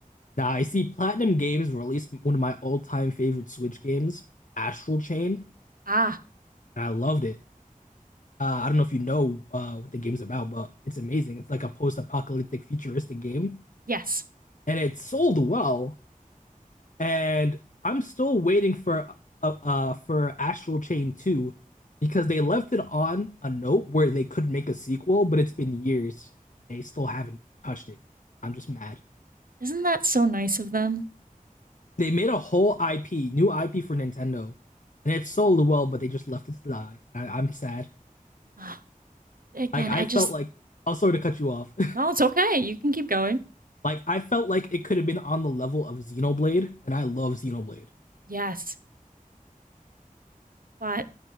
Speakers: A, on the left; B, on the right.
A: Now I see Platinum Games released one of my all-time favorite Switch games, Astral Chain,
B: Ah,
A: and I loved it. Uh, I don't know if you know uh, what the game's about, but it's amazing. It's like a post-apocalyptic futuristic game
B: yes.
A: and it sold well. And I'm still waiting for uh, uh for Astral Chain 2 because they left it on a note where they could make a sequel, but it's been years and they still haven't touched it. I'm just mad.
B: Isn't that so nice of them?
A: They made a whole IP, new IP for Nintendo, and it sold well, but they just left it to die. I, I'm sad.
B: Ah, again,
A: Like I
B: I
A: felt
B: just
A: like I'll sorry to cut you off.
B: No, it's okay. You can keep going.
A: <laughs> like I felt like it could have been on the level of Xenoblade, and I love Xenoblade.
B: Yes. But